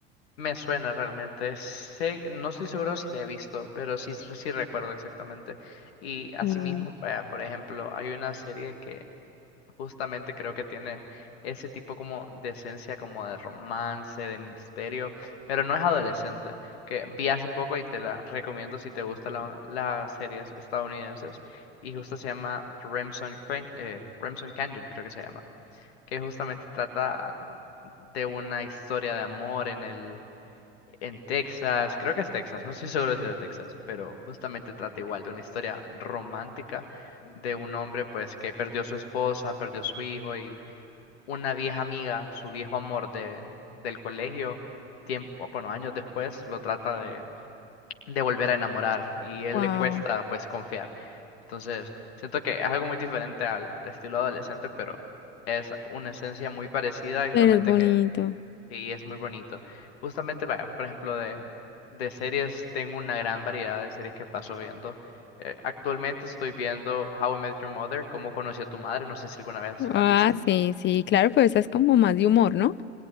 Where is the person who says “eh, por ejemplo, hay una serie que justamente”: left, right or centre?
Left